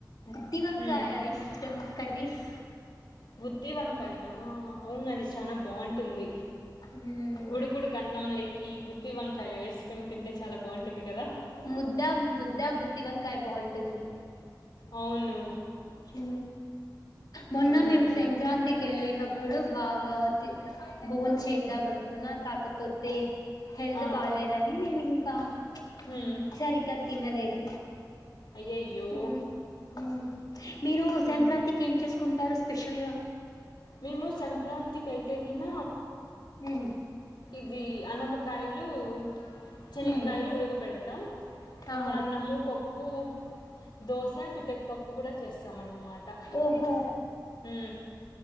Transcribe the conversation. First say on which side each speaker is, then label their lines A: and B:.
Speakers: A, on the left (about 60°); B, on the left (about 80°).
A: గుత్తి వంకాయ
B: ఉమ్
A: ఇష్టం కర్రీస్
B: గుర్తి వంకాయనా అవును అది చానా బాగుంటుంది
A: మ్మ్
B: ఉడుకుడుకన్నం లేకి గు గుత్తి వంకాయ వేసుకని తింటే చాలా బాగుంటుంది కదా.
A: ముద్ద ముద్ద గుత్తి వంకాయ బాగుంటుంది.
B: అవును
A: హు మొన్న
B: ఉమ్
A: మేము సంక్రాంతికి వెళ్ళిన ఇప్పుడు భాగమతి బోన్ చేద్దాం అనుకున్నా కాకపోతే హెల్త్
B: ఆ
A: బాలేదని నేను ఇంకా కం
B: ఉమ్
A: సరిగ్గా తినలేదు
B: అయ్యయ్యో
A: హు ఉహు మీరు సంక్రాంతికి
B: ఉమ్
A: ఏం చేసుకుంటారు స్పెషల్ గా
B: మేము సంక్రాంతికి అయితే గిన
A: మ్మ్
B: ఇది అన్నప కాయలు చెనిక్కాయలు
A: మ్మ్
B: ఉడకబెడతాం త్తం
A: ఆ
B: ఇంకా అన్నము పప్పు ఊ దోశ పితడుపప్పు కూడా చేస్తాం అన్నమాట ట
A: ఓహో
B: హు